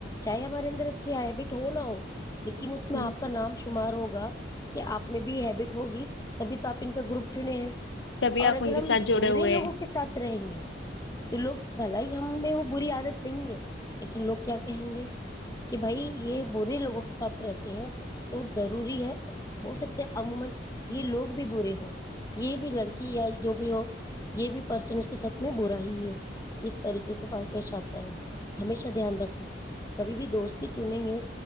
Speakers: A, on the left (about 20°); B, on the left (about 80°).
A: چاہے ہمارے اندر اچھی ہے ہی بٹ ہو نہ ہو لیکن اس میں
B: ہ ہ
A: آپ کا نام شوع شمار ہوگا کہ آپ میں بھی ہیبٹ ہوگی تبھی تو آپ کا گروپ چنے ہیں
B: تبھی
A: اور
B: آپ
A: اگر
B: ان کے
A: ہم
B: ساتھ جڑے
A: برے
B: ہوئے
A: لوگوں
B: ہیں
A: کے ساتھ رہیں گے تو لوگ بھل ہی ہم وہ بری عادت نہیں ہے لیکن لوگ کیا کہیں گے کہ بھائی یہ برے لوگوں کے ساتھ رہتے ہیں ضروری ہے ہو سکتا ہے عموما یہ لوگ بھی برے ہوں یہ بھی لڑکی یا جو بھی ہو یہ بھی پرسن اس کے ساتھ میں برائی ہے اس طریقے سے اور پیش اتا ہے ہمیشہ دھیان رکھنا کبھی بھی دوستی چنیں گے